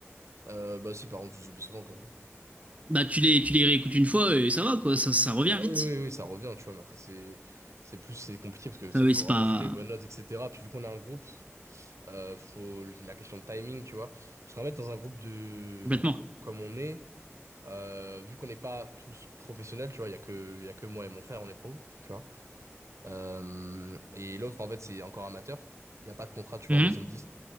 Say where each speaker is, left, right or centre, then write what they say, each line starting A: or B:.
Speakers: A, on the right (about 80°); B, on the right (about 30°).
A: Euh, bah si, par contre, je les oublie souvent quand même.
B: Bah tu les, tu les réécoutes une fois et ça va, quoi. Ça, ça revient
A: Ah
B: vite.
A: oui, oui, oui, ça revient, tu vois. Mais après, c'est c'est plus c'est compliqué parce que, tu sais,
B: Ah oui,
A: il faut
B: c'est
A: vraiment
B: pas...
A: jouer les bonnes notes, etc. Puis vu qu'on a un groupe, euh, faut la question de timing, tu vois. Parce qu'en fait, dans un groupe de...
B: Complètement.
A: co- comme on est, euh, vu qu'on n'est pas tous professionnels, tu vois, il y a que... il y a que moi et mon frère, on est pro, tu vois. Euh, et l'autre, en fait, c'est encore amateur. Il n'y a pas de contrat, tu vois,
B: Mhm.
A: en maison de disque.